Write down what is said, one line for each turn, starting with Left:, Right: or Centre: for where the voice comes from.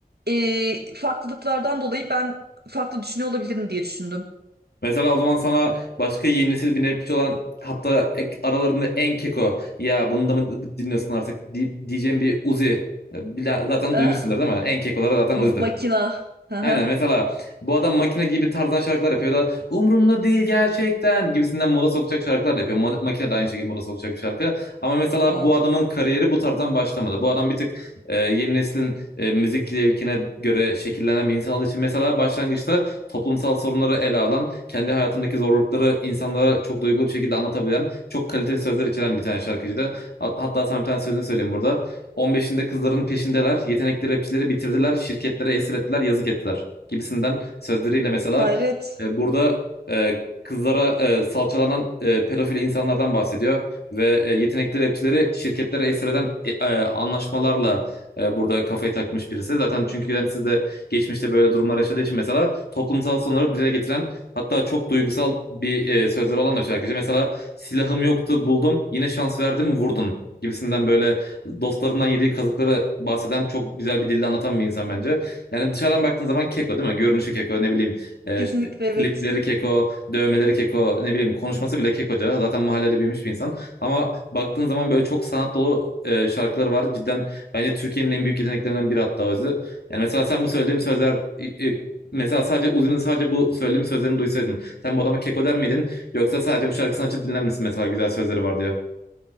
Right: e, farklılıklardan dolayı ben farklı düşünüyor olabilirim diye düşündüm. <laughs>
Left: Mesela o zaman sana başka yeni nesil bir rapçi olan hatta ek- aralarında en keko ya bunu da mı dinliyorsun artık di- diyeceğim bir Uzi. Bir de- Zaten
Right: Eh,
Left: duymuşsundur değil mi? En kekoları zaten
Right: m-
Left: Uzi'dir.
Right: makina. Hı hı.
Left: Aynen mesela bu adam makine gibi tarzdan şarkılar yapıyor da umurumda değil gerçekten gibisinden moda sokacak şarkılar da yapıyor. Ma- Makine de aynı şekilde moda sokacak bir şarkı. Ama mesela
Right: O.
Left: bu adamın kariyeri bu tarzdan başlamadı. Bu adam bir tık e, yeni neslin e, müzik zevkine göre şekillenen bir insan olduğu için mesela başlangıçta toplumsal sorunları ele alan, kendi hayatındaki zorlukları insanlara çok duygulu bir şekilde anlatabilen, çok kaliteli sözler içeren bir tane şarkıcıydı. Ha- Hatta sana bir tane sözünü söyleyeyim burada. 15'inde kızların peşindeler, yetenekli rapçileri bitirdiler, şirketlere esir ettiler, yazık ettiler gibisinden sözleriyle mesela
Right: Hayret.
Left: e, burada e, kızlara e, salçalanan e, pedofil insanlardan bahsediyor ve e, yetenekli rapçileri şirketlere esir eden e, e, anlaşmalarla e, burada kafayı takmış birisi. Zaten çünkü yani siz de geçmişte böyle durumlar yaşadığı için mesela toplumsal sorunları dile getiren hatta çok duygusal bir e, sözleri olan da şarkıcı. Mesela silahım yoktu buldum yine şans verdim vurdun gibisinden böyle dostlarından yediği kazıkları bahseden çok güzel bir dille anlatan bir insan bence. Yani dışarıdan baktığın zaman keko değil mi? Görünüşü keko ne bileyim e,
Right: Kesinlikle evet.
Left: klipleri keko, dövmeleri keko ne bileyim konuşması bile kekoca. Zaten mahallede büyümüş bir insan. Ama baktığın zaman böyle çok sanat dolu e, şarkıları var. Cidden bence Türkiye'nin en büyük yeteneklerinden biri hatta özü. Yani mesela sen bu söylediğim sözler e, e, Mesela sadece Uzi'nin sadece bu söylediğim sözlerini duysaydın. Sen bu adama keko der miydin? Yoksa sadece bu şarkısını açıp dinler misin mesela güzel sözleri vardı ya.